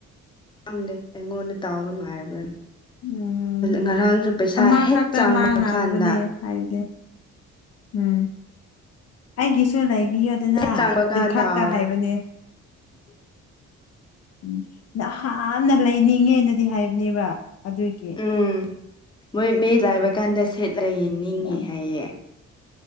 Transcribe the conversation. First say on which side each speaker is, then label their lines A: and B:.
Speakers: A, on the left (about 15°); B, on the left (about 55°).
A: ꯑꯦ ꯑꯦꯉꯣꯟꯅ ꯇꯥꯥꯎꯟ ꯃꯌꯥꯕꯦꯟ
B: ꯎꯝ
A: ꯉꯔꯥꯡꯁꯨ ꯄꯩꯁꯥ
B: ꯑꯃꯈꯛꯇ
A: ꯍꯦꯛ ꯆꯥꯡꯕ
B: ꯃꯥ ꯉꯥꯡꯕꯅꯦ
A: ꯀꯥꯟꯗ
B: ꯍꯥꯏꯕꯗꯤ ꯎꯝ ꯑꯩꯒꯤꯁꯨ ꯂꯩꯕꯤꯌꯣ ꯑꯗꯨꯅ
A: ꯆꯥꯡꯕ
B: ꯑꯗꯨ
A: ꯀꯥꯟꯗ
B: ꯈꯛꯇ
A: ꯍꯥꯎꯔꯦ
B: ꯍꯥꯏꯕꯅꯦ ꯎꯝ ꯅ ꯍꯥꯟꯅ ꯂꯩꯅꯤꯡꯉꯦꯅꯗꯤ ꯍꯥꯏꯕꯅꯦꯕ ꯑꯗꯨꯒꯤ
A: ꯎꯝ ꯃꯣꯏ ꯃ ꯂꯥꯏꯕ ꯀꯥꯟꯗ ꯁꯦꯠꯂ ꯌꯦꯡꯅꯤꯡꯉꯦ
B: ꯌꯥꯝ
A: ꯍꯥꯏꯌꯦꯦ